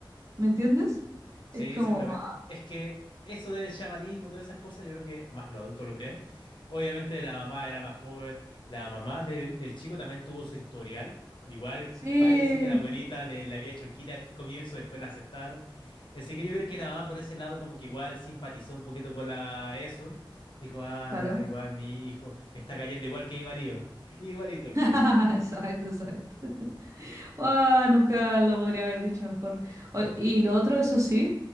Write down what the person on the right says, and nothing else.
¿me entiendes?
Es como,
"Guau,
sí,
claro.
<laughs> Exacto,
exacto. Ah, nunca lo podría haber dicho mejor. O- Y lo otro, eso sí,